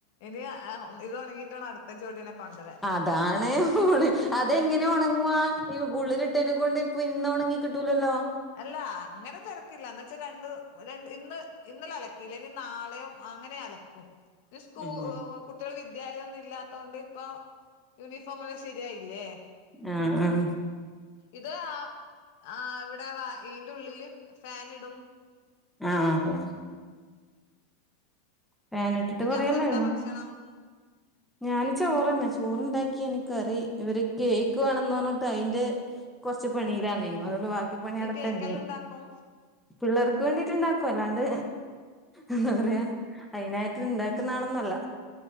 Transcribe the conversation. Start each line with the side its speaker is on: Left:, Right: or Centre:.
Left: ഇനി ഇത് ഒണങ്ങിയിട്ട് വേണം അടുത്ത ജോഡിനെ കൊണ്ടരാൻ
Centre: <unintelligible> പോണേ അതെങ്ങനെ ഒണങ്ങുവാ ഈ ഉള്ളിലിട്ടേനെ കൊണ്ട് ഇപ്പ ഇന്ന് ഒണങ്ങി കിട്ടൂലല്ലോ
Left: അല്ല അങ്ങനെ തെരക്കില്ല എന്നച്ചാ രണ്ട് ര ഇന്ന് ഇന്നലെ അലക്കിയില്ലേ ഇനി നാളെയോ അങ്ങനെ അല ക്കും ഇനി സ്കൂ
Centre: ഉം
Left: കു ട്ട്യാള് വിദ്യാലയൊന്നും ഇല്ലാത്തോണ്ട് ഇപ്പൊ യൂണിഫോം ഒക്കേ ശരിയായില്ലേ
Centre: ആഹ് ആഹ്
Left: ഇത് ആ ആ അവിടെ വ ഇന്റെ ഉള്ളില് ഫാൻ ഇടും
Centre: ആഹ് ഫാൻ ഫാൻ ഇട്ടിട്ട്
Left: പിന്നെ
Centre: കുറേ
Left: അവിടെ
Centre: ഇല്ലേ
Left: എന്താ
Centre: <unintelligible>
Left: ഭക്ഷണം
Centre: ഞാന് ചോറന്നെ ചോറുണ്ടാക്കി ഇനി കറി ഇവര് കേക്ക് വേണംന്ന് പറഞ്ഞിട്ട് അയിന്റെ കൊറച്ച് പണിയിലാന്നെ അതുകൊണ്ട് ബാക്കി പണി
Left: നീ
Centre: അവിടെ
Left: കേക്കെല്ലാം
Centre: പെന്റിങ്
Left: ഉണ്ടാക്കും
Centre: പിള്ളേർക്ക് വേണ്ടിട്ട് ഇണ്ടാക്കും അല്ലാണ്ട് എന്താ പറയാ അയിനായിട്ട് ഇണ്ടാക്കുന്ന ആളൊന്നല്ല